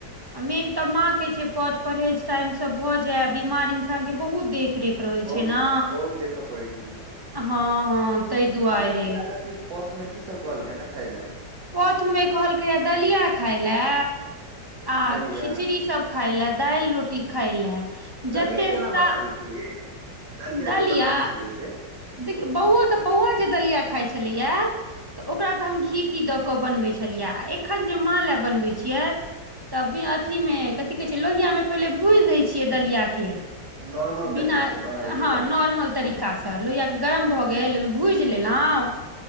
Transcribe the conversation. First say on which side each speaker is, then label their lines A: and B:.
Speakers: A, on the right; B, on the right.
A: आ मेन तऽ माँ के छै कथ परहेज टाइम से भऽ जाय बीमार इंसान के बहुत देख रेख रहै
B: बहुत
A: छै ने
B: हँ बहुत देखऽ पड़ै छै कि
A: हँ हँ तहि दुआरे
B: खाना पीना कथी पथ में की सब कहलकै ने खाय ले
A: पथमे कहलकैयए दलिया खाय लए आ
B: दलिया
A: खिचड़ी सब खाइ ले दालि रोटी खाइ लए
B: दलिया
A: जते
B: केना
A: सा
B: बनाबै छियै यै
A: दलिया
B: जे बनाबै छलियै से
A: देखियऔ बौ तऽ बौआ जे दलिया खाय छै छलैया तऽ ओकरा तऽ हम घी ती दऽ क बनबै छलियै आ एखन जे माँले बनबै छियै तब अथिमे कथि कहै छै लोहिआमे पहिले भूजि दै छियै दलिया के
B: नॉर्मल
A: बिना
B: तरीका से बनाबैत
A: हाँ
B: हेबै
A: नॉर्मल तरीकासे लोहिया के गरम भऽ गेल गेल ओहिमे भूजि लेलहुँ